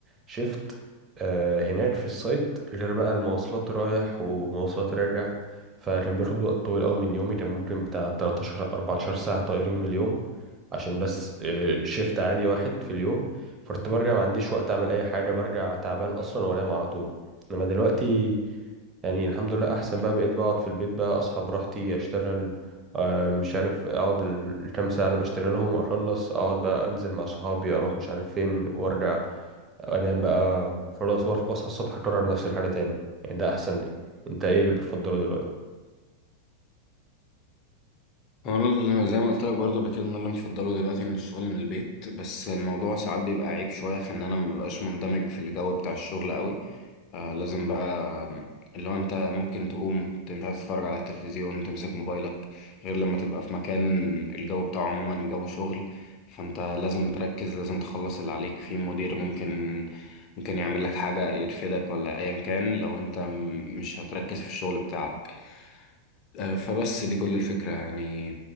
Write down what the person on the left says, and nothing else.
مم.
انا ال- زي ما قلت لك برضه قبل كده ان انا اللي مفضله دلوقتي ان الشغل من البيت بس الموضوع ساعات بيبقى عيب شويه في ان انا مببقاش مندمج في الجو بتاع الشغل قوي آه لازم بقى اللي هو انت ممكن تقوم انت مش عايز تتفرج على التلفزيون تمسك موبايلك غير لما تبقى في مكان الجو بتاعه عموما جو شغل فانت لازم تركز لازم تخلص اللي عليك في مدير ممكن ممكن يعمل لك حاجة يرفدك ولا ايا كان لو انت م- مش هتركز في الشغل بتاعك آه فبس دي كل الفكرة يعني